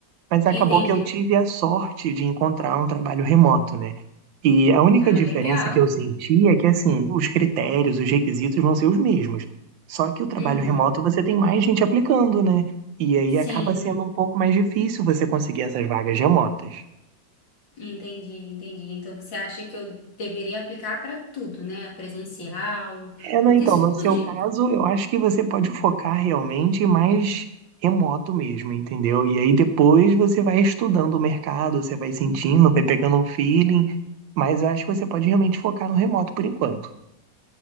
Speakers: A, on the right; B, on the left.
A: Mas
B: entendi.
A: acabou que eu tive a sorte de encontrar um trabalho remoto, né? E a única
B: Ah,
A: diferença
B: legal.
A: que eu senti é que, assim, os critérios, os requisitos vão ser os mesmos. Só que o trabalho
B: Uhum,
A: remoto você tem mais gente aplicando, né? E aí
B: sim,
A: acaba sendo um pouco mais difícil você conseguir essas vagas remotas.
B: entendi, entendi. Então você acha que eu deveria aplicar para tudo, né? Presencial,
A: É,
B: para
A: não, então,
B: o que surgir.
A: no seu caso, eu acho que você pode focar realmente mais remoto mesmo, entendeu? E aí depois você vai estudando o mercado, você vai sentindo, vai pegando um feeling, mas eu acho que você pode realmente focar no remoto por enquanto.